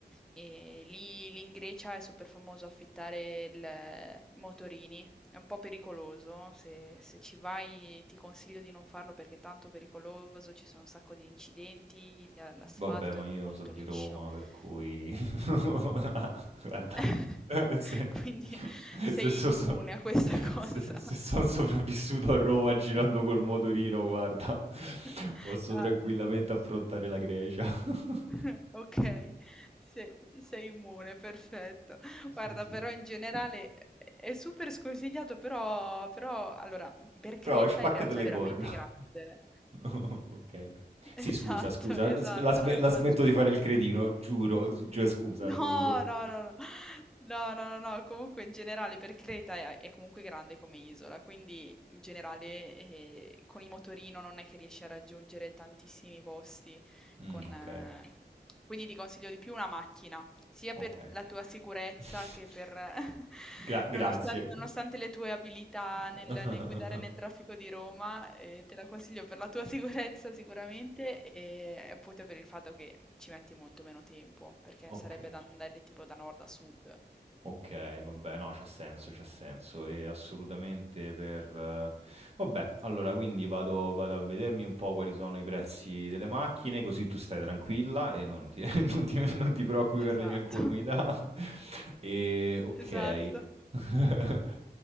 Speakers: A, in the centre; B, on the right.
A: E lì, lì in Grecia è super famoso affittare il- i motorini. È un po' pericoloso, se, se ci vai ti consiglio di non farlo perché è tanto pericoloso, ci sono un sacco di incidenti, l'asfalto
B: Vabbè, ma
A: è
B: io
A: molto
B: so di
A: liscio,
B: Roma, per cui
A: quindi...
B: <laughs> Ah, guarda,
A: <laughs>
B: <laughs> se,
A: Quindi sei
B: se, so- so-
A: immune a questa cosa.
B: se- se sono sopravvissuto a Roma girando col motorino, guarda,
A: <laughs>
B: posso
A: Ah,
B: tranquillamente affrontare la Grecia. <laughs>
A: <laughs> ok, sei, sei immune, perfetto.
B: Sì,
A: Guarda,
B: sì.
A: però in generale è super sconsigliato, però, però allora, per Creta
B: Però spaccate
A: in realtà
B: le
A: è veramente
B: corna.
A: grande.
B: <laughs> Ok.
A: <laughs>
B: Sì,
A: Esatto,
B: scusa, scusa,
A: esatto,
B: s- la, sme-
A: no, infatti.
B: la smetto di fare il cretino, giuro, s- cioè, scusa,
A: No,
B: ci ho avuto...
A: no, no, no, no, no, no, no, comunque in generale per Creta è, è comunque grande come isola, quindi in generale eh, con il motorino non è che riesci a raggiungere tantissimi posti,
B: Mm,
A: con,
B: ok,
A: eh, quindi ti consiglio di più una macchina, sia
B: ok.
A: per la tua sicurezza
B: <laughs>
A: che per <laughs>
B: Gra- grazie.
A: nonostan nonostante le tue abilità
B: <laughs>
A: nel nel guidare nel traffico di Roma, ehm, te la consiglio per la tua <laughs> sicurezza sicuramente e appunto per il fatto che ci metti molto meno tempo, perché
B: Ok,
A: sarebbe da andare tipo da nord a sud.
B: ok, vabbè, no, c'ha senso, c'ha senso, e assolutamente per... eh, Vabbè, allora, quindi vado, vado a vedermi un po' quali sono i prezzi delle macchine, così tu stai tranquilla e non ti, <laughs> non ti- non ti preoccupi
A: Esatto,
B: per le mie incolumità.
A: <laughs>
B: <laughs> E ok.
A: esatto.
B: <laughs>